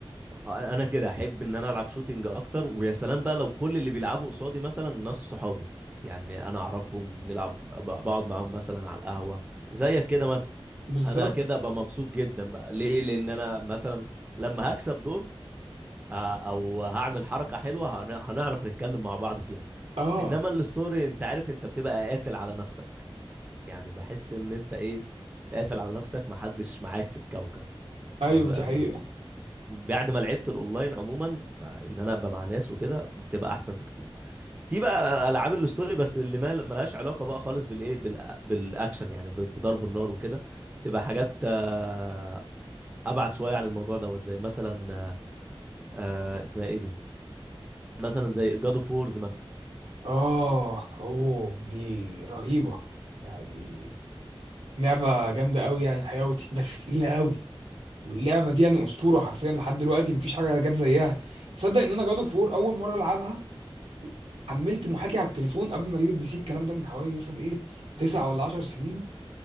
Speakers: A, on the right; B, on the right.
A: انا كده احب ان انا العب شوتينج اكتر ويا سلام بقى لو كل اللي بيلعبوا قصادي مثلا ناس صحابي يعني انا اعرفهم نلعب ب- بقعد معاهم مثلا على القهوه زيك كده مثلا
B: بالظبط
A: انا كده ابقى مبسوط جدا بقى ليه لان انا مثلا لما هكسب دور آه، او هعمل حركه حلوه هن- هنعرف نتكلم مع بعض فيها
B: اه
A: انما الستوري انت عارف انت بتبقى قافل على نفسك يعني بحس ان انت ايه قافل على نفسك محدش معاك في الكوكب
B: ايوه
A: ما بقى
B: دي حقيقه
A: بعد ما لعبت الاونلاين عموما بقى ان انا ابقى مع ناس وكده بتبقى احسن بكتير في بقى العاب الاستوري بس اللي ما ملهاش علاقه بقى خالص بالايه بالأ- بالاكشن يعني ب- بضرب النار وكده بتبقى حاجات آه، ابعد شويه عن الموضوع دوت زي مثلا آه، آه، اسمها ايه دي مثلا زي جاد اوف وورز مثلا
B: اه اوه دي رهيبة يعني لعبة جامدة قوي يعني الحقيقة وت... بس تقيلة قوي واللعبة دي يعني أسطورة حرفيا لحد دلوقتي مفيش حاجة جت زيها تصدق إن أنا جادو فور أول مرة ألعبها حملت محاكي على التليفون قبل ما أجيب البي سي الكلام ده من حوالي مثلا إيه تسع ولا عشر سنين